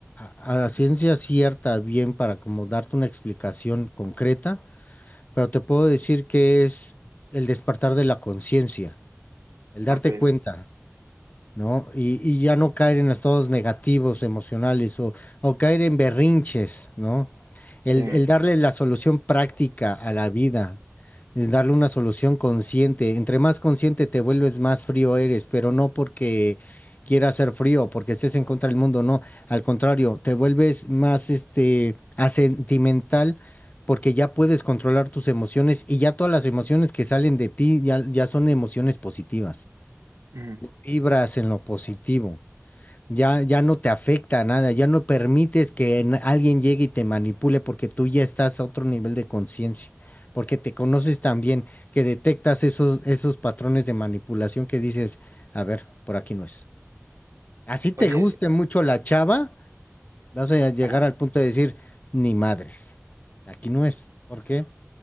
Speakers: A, on the left; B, on the right.
A: a- a ciencia cierta bien para como darte una explicación concreta, pero te puedo decir que es el despertar de la conciencia, el darte
B: Ok,
A: cuenta. ¿no? Y, y ya no caer en estados negativos emocionales o, o caer en berrinches, ¿no?
B: sí.
A: El, el darle la solución práctica a la vida, el darle una solución consciente. Entre más consciente te vuelves, más frío eres, pero no porque quieras ser frío, porque estés en contra del mundo, no. Al contrario, te vuelves más este asentimental. Porque ya puedes controlar tus emociones y ya todas las emociones que salen de ti ya, ya son emociones positivas.
B: ujú.
A: Vibras en lo positivo. Ya, ya no te afecta a nada, ya no permites que en- alguien llegue y te manipule porque tú ya estás a otro nivel de conciencia, porque te conoces tan bien que detectas esos, esos patrones de manipulación que dices, a ver, por aquí no es. Así te
B: Oye,
A: guste mucho la chava, vas a llegar
B: ajá,
A: al punto de decir, ni madres, aquí no es. ¿Por qué?